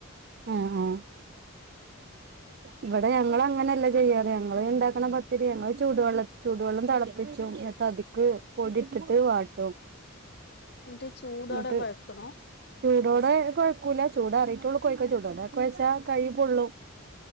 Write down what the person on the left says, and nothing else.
എന്നിട്ട് ചൂടോടെ
വഴക്കണോ